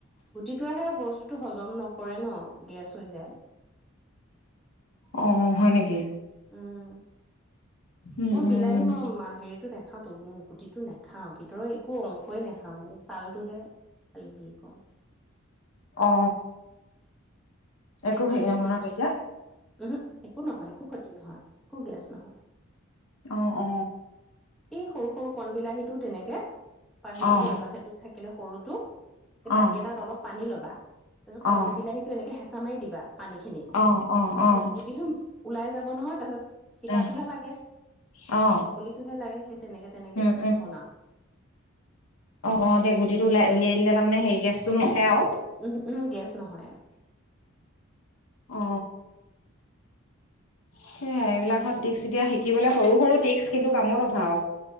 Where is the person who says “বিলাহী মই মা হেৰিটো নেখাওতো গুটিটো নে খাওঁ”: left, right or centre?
Centre